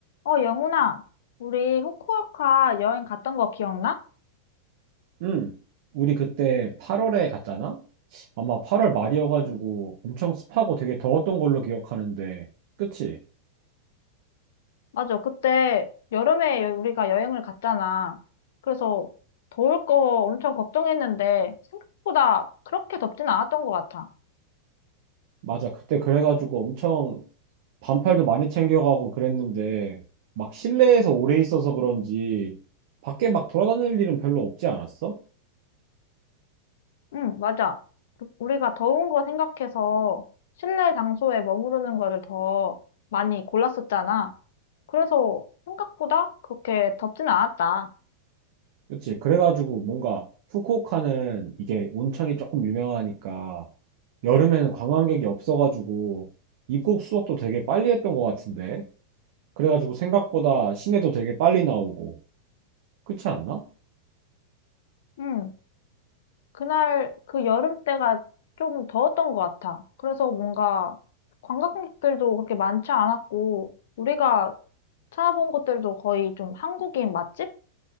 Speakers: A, on the left (about 70°); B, on the right (about 55°).
A: 어, 영훈아, 우리 후쿠오카 여행 갔던 거 기억나?
B: 응. 우리 그때 8월에 갔잖아? 아마 8월 말이어가지고 엄청 습하고 되게 더웠던 걸로 기억하는데, 그치?
A: 맞아, 그때 여름에 여- 우리가 여행을 갔잖아. 그래서 더울 거 엄청 걱정했는데 생각보다 그렇게 덥진 않았던 것 같아.
B: 맞아. 그때 그래가지고 엄청 반팔도 많이 챙겨가고 그랬는데, 막 실내에서 오래 있어서 그런지 밖에 막 돌아다닐 일은 별로 없지 않았어?
A: 응, 맞아. 그- 우리가 더운 거 생각해서 실내 장소에 머무르는 거를 더 많이 골랐었잖아. 그래서 생각보다 그렇게 덥진 않았다.
B: 그치? 그래가지고 뭔가 후쿠오카는 이게 온천이 조금 유명하니까 여름에는 관광객이 없어가지고 입국 수속도 되게 빨리 했던 것 같은데. 그래가지고 생각보다 시내도 되게 빨리 나오고 그렇지 않나?
A: 응, 그날 그 여름 때가 좀 더웠던 것 같아. 그래서 뭔가 관광객들도 그렇게 많지 않았고, 우리가 찾아본 곳들도 거의 좀 한국인 맛집?